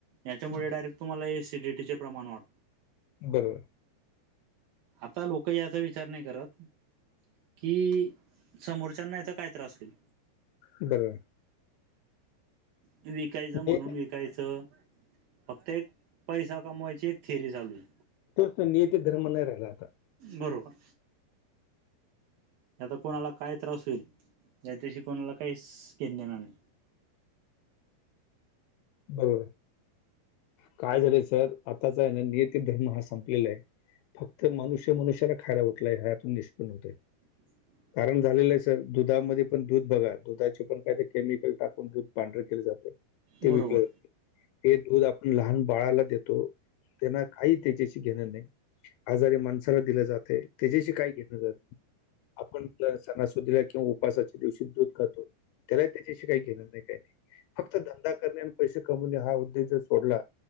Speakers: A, on the right; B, on the left.
A: याच्यामुळे
B: हं.
A: डायरेक्ट तुम्हाला ॲसीडीटीचे प्रमाण वाढ
B: बरोबर
A: आता लोकं याचा विचार नाय करत की समोरच्यांना याचा काय त्रास होईल.
B: बरोबर
A: विकायचं म्हणून
B: ने-
A: विकायचं. फक्त एक पैसा कमवायची एक थेअरी चालू आहे.
B: तोच नियती धर्म नाय राहिला आता.
A: बरोबर आता कोणाला काय त्रास होईल याच्याशी कोणाला काहीच घेण देण नाही.
B: हो, काय झालंय सर आताच आहे ना, ते नियती धर्म हा संपलेला आहे. फक्त मनुष्य मनुष्याला खायला, उठलाय ह्यातून निष्पन होतंय.
A: <inaudible>
B: कारण झालेलं आहे सर दुधामध्ये पण दूध बघा दुधाचे पण काय तरी केमिकल टाकून दूध पांढर केल जात ते
A: बरोबर
B: विकल जाते. हे दूध आपण लहान बाळाला देतो, त्यांना काही त्यांच्याशी घेणं नाही. आजारी माणसाला दिलं जातंय, तेच्याशी काय घेण देण. आपण सणा सुदिला किंवा, उपासाच्या दिवशी दूध खातो. त्याला त्याच्याशी काय घेण नाही काय नाही फक्त धंदा करणे आणि पैसे कमवणे हा, उद्देश जर सोडला.